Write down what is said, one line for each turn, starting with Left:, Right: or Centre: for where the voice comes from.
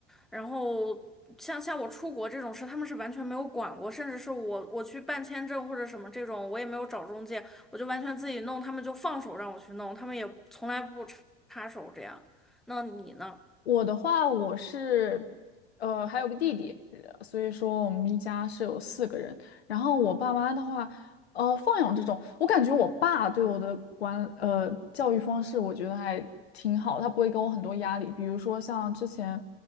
Centre: 然后像像我出国这种事，他们是完全没有管过，甚至是我我去办签证或者什么这种，我也没有找中介，我就完全自己弄，他们就放手让我去弄，他们也从来不插插手这样。那你呢？
Left: 我的话，我是呃还有个弟弟，呃所以说我们一家是有四个人。然后我爸妈的话，呃，放养这种，我感觉我爸对我的管呃教育方式，我觉得还挺好，他不会给我很多压力。比如说像之前